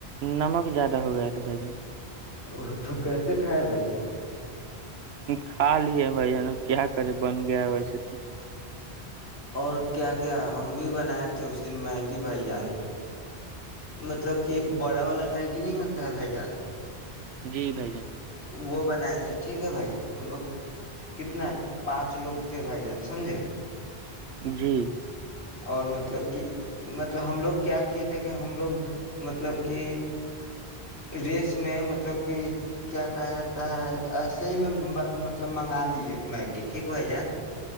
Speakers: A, on the right; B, on the left.
A: نمک زیادہ ہو گیا تھا بھائی جان
B: وہ تو کیسے کائے بھائی جان
A: کھاالی ہے بھائی یہ کیا کرے بن گیا ویسے تو
B: اور کیا کیا ہم بھی بنائے تھے اس دن میگی بھائی جان مطلب کہ ایک بڑا والا میگی نہیں ہوتا ہے بھائی جان
A: جی بھائی جن
B: وہ بنائے تھے ٹھیک ہے بھائی جان ہم لوگ کتنا پانچ لوگ تھے بھائی جان سمجھے
A: جی
B: اور مطلب کہ مطلب ہم لوگ کیا کیے تھے کہ ہم لوگ مطلب کہ ریس میں مطلب کہ کیا کہا جاتا ہے ایسے ہی میں مطلب منگا لیے میگی ٹھیک بھائی جان